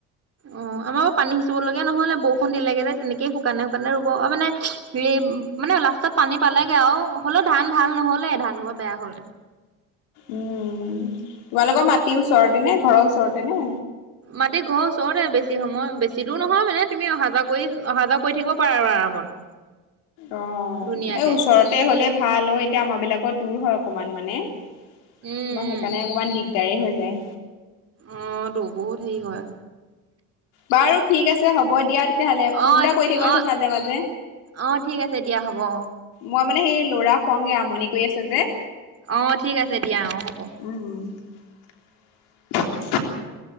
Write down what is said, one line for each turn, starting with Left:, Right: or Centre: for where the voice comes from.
Right: অঁ, আমাও পানী সিঁচিব লগীয়া ন'হলে বৰষুণ দিলেগে যে, তেনেকেই শুকানে শুকানে ৰুব -অ' মানে- হেৰি- মানে লাষ্টত পানী পালেগে আও, হ'লেও ধান ভাল ন'হলে, ধান সোপা বেয়া হ'ল।
Left: উম', তোমালোকৰ মাটিৰ ওচৰতে নে? ঘৰৰ ওচৰতে নে?
Right: মাটি ঘৰ ওচৰতে বেছি সময়, বেছি দূৰ নহয় মানে তুমি অহা যোৱা কৰি, অহা যোৱা কৰি থাকিব পাৰা আৰু আৰামত।
Left: অ',
Right: ধুনীয়াকে
Left: এই ওচৰতে হলে ভাল অ', এতিয়া আমাৰ বিলাকৰ দূৰ হয় অকণমান মানে তোমাৰ
Right: উম
Left: সেইকাৰণে অকণমান দিগদাৰে হৈ যায়
Right: অ', তো বহুত হেৰি হয়।
Left: বাৰু ঠিক আছে হ'ব দিয়া তেতিয়াহলে, ফোন
Right: অ
Left: এটা কৰি থাকিবাচোন
Right: অ
Left: মাজে মাজে,
Right: অ ঠিক আছে দিয়া হ'ব অ।
Left: মই মানে হেই লৰা শুৱাওগে আমনি কৰি আছে। যে
Right: অ', ঠিক আছে দিয়া অ', হ'ব।
Left: উম, উম। <inaudible>